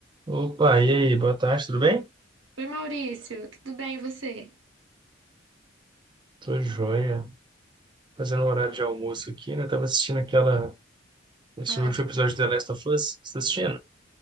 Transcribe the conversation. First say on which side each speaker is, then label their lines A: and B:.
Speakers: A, on the right; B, on the right.
A: Opa, e aí? Boa tarde, tudo bem?
B: Oi, Maurício, tudo bem e você?
A: Tô joia. Fazendo um horário de almoço aqui, né? Tava assistindo aquela... Assistindo
B: Ah,
A: o último episódio de The Last of Us. Você tá assistindo?